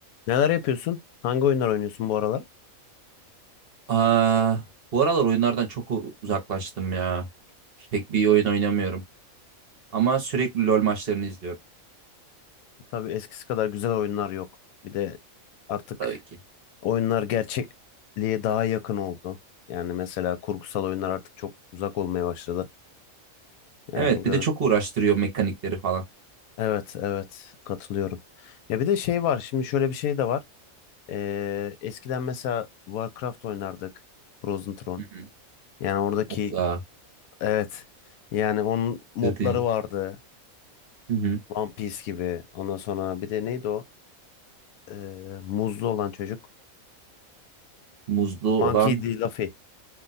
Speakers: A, on the left; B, on the right.
A: Neler yapıyorsun? Hangi oyunlar oynuyorsun bu aralar?
B: Aa, bu aralar oyunlardan çok u- uzaklaştım ya. Pek bir oyun oynamıyorum. Ama sürekli LoL maçlarını izliyorum
A: Tabii eskisi kadar güzel oyunlar yok. Bir de artık
B: tabii ki.
A: oyunlar gerçekliğe daha yakın oldu. Yani mesela kurgusal oyunlar artık çok uzak olmaya başladı. Yani
B: Evet,
A: görün.
B: bir de çok uğraştırıyor mekanikleri falan.
A: Evet, evet katılıyorum. Ya bir de şey var. Şimdi şöyle bir şey de var. Ee, eskiden mesela Warcraft oynardık. Frozen Throne.
B: Hı hı.
A: Yani oradaki
B: Of ya.
A: evet. Yani onun modları
B: strateji.
A: vardı.
B: Hı hı.
A: One Piece gibi. Ondan sonra bir de neydi o? Ee, muzlu olan çocuk.
B: Muzlu olan
A: Monkey D. Luffy.